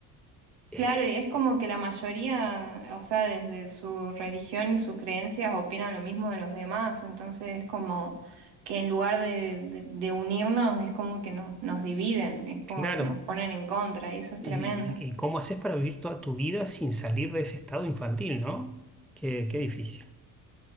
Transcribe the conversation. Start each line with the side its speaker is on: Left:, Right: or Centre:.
Centre: Eh,
Right: Claro, y es como que la mayoría, o sea, desde su religión y sus creencias opinan lo mismo de los demás, entonces es como que en lugar de, de- de unirnos es como que nos, nos dividen, es como
Centre: claro.
Right: que nos ponen en contra y eso es tremendo.
Centre: ¿Y, y cómo haces para vivir toda tu vida sin salir de ese estado infantil, ¿no? Qué, qué difícil.